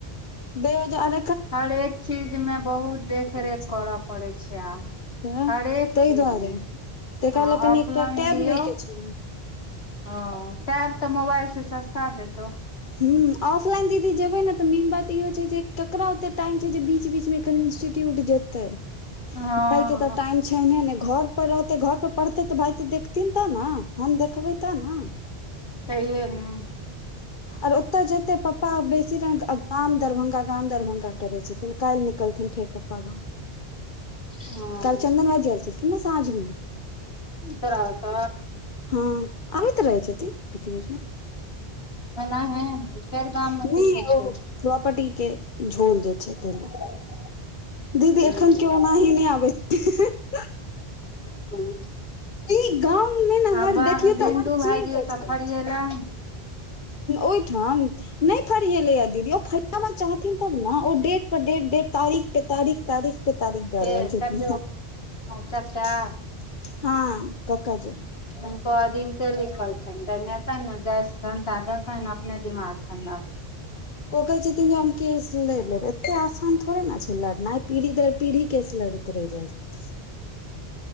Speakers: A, on the left (about 55°); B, on the left (about 70°).
A: बे हजार
B: हरे कऽ चीज मे बहुत देखरेख
A: लागल छै
B: करय पड़ैत छै आब।
A: तऽ
B: हरे कऽ
A: ताहि
B: चीज
A: दुआरे
B: मे
A: त एकरा
B: अहाँ
A: लए कनि
B: ऑफलाइन
A: एकटा टैब
B: दियौ।
A: लै के छै
B: ओ तर त मोबइल से सस्ता देतो।
A: हू ऑफलाइन दीदी जेबै न मेन बात ती होइ छै जे ककरा ओते टाइम छै जे बीच बीच मे अखैन इंस्टिट्यूट जेतै। पढ़ैके
B: हँ
A: तऽ टाइम छैने नै घर पर रहतै घर पर पढ़तै त तऽ भाय तऽ देखथिन तऽ न हम देखबै तऽ न
B: सहिये नू
A: आर ओतय जेते पप्पा बेसी गाम दरभंगा गाम दरभंगा करे छथिन काइल निकलथिन फेर। पप्पा गाँव
B: हँ
A: <inaudible> काइल चन्दन भाईजी ऐलखिन रहै ना साँझमे।
B: तोरा ओत
A: हँ अबैत रहै छथिन बीच बीचमे।
B: <unintelligible>
A: <unintelligible>
B: मे किछो
A: ओ
B: छै
A: प्रोपर्टीक झोल जे छै तै लऽ <inaudible>
B: हूँ
A: दीदी एखन कोई ओनाही नै आबै <unintelligible>
B: <unintelligible>
A: ई गाँव में नै न
B: आ
A: ह देखियौ
B: बिन्दु
A: तऽ हर
B: भाईजी
A: चीज
B: ओतऽ
A: <unintelligible>
B: फरियेला
A: ओइ ठन नै फरियलै यऽ दीदी ओ फरियाबा चाहथिन तब न ओ डेट परे डेट डे तारीख पे तारीख तारिख पर तारिख दऽ
B: के
A: रहल छथिन
B: छठ
A: है
B: चचा
A: <inaudible> हँ कका जी।
B: हुन्को अदिनते लिखल छनि डंगेतयैन न डंटा देतएन अपने दिमाग ठण्डा
A: ओ कहे छथिन जे हम केस लड़ लेब एते आसान थोड़े न छै लड़नाइ पीढ़ी दर पीढ़ी केस लड़े त रहे जा छै। <unintelligible>